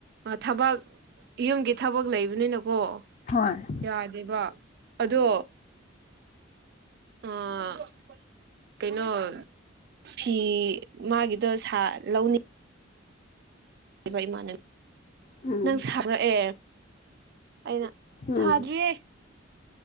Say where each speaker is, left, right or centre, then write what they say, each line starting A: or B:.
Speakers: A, on the right (about 55°); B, on the left (about 40°).
A: ꯊꯕꯛ ꯌꯨꯝꯒꯤ ꯊꯕꯛ ꯂꯩꯕꯅꯤꯅꯀꯣ꯫
B: ꯍꯣꯏ꯫
A: ꯌꯥꯗꯦꯕ ꯑꯗꯣ ꯑꯥ ꯀꯩꯅꯣ ꯐꯤ ꯃꯥꯒꯤꯗꯣ ꯁꯥ ꯂꯧꯅꯤ ꯏꯕ ꯏꯃꯥꯅ
B: ꯎꯝ
A: ꯅꯪ ꯁꯥꯔꯛꯑꯦ ꯑꯩꯅ
B: ꯎꯝ
A: ꯁꯥꯗ꯭ꯔꯤꯌꯦ